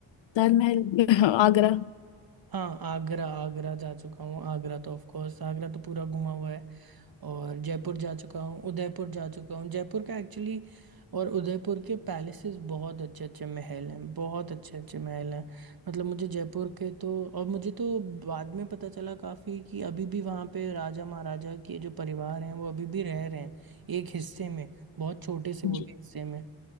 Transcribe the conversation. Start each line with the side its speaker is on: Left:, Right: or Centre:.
Left: ताजमहल <laughs> आगरा
Right: हाँ आगरा आगरा जा चुका हूँ आगरा तो ऑफ कोर्स आगरा तो पूरा घुमा हुआ है और जयपुर जा चुका हूँ उदयपुर जा चुका हूँ जयपुर का एक्चुअली और उदयपुर के पैलेसेस बहुत अच्छे अच्छे महल हैं बहुत अच्छे अच्छे महल हैं मतलब मुझे जयपुर के तो और मुझे तो बाद में पता चला काफ़ी कि अभी भी वहाँ पे राजा महाराजा के जो परिवार हैं वो अभी भी रह रहे हैं एक हिस्से में बहुत छोटे से वो
Left: जी
Right: भी हिस्से में